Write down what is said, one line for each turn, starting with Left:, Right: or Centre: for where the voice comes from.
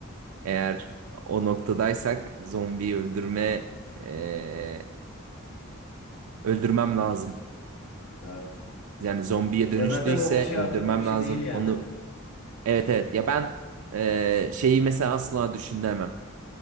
Right: Eğer o noktadaysak zombiyi öldürme ee, öldürmem lazım.
Left: Evet.
Right: Yani zombiye dönüştüyse
Left: Ya zaten o kişi
Right: öldürmem
Left: artık o kişi
Right: lazım.
Left: değil yani.
Right: Onu evet evet ya ben ee, şeyi mesela asla düşünemem.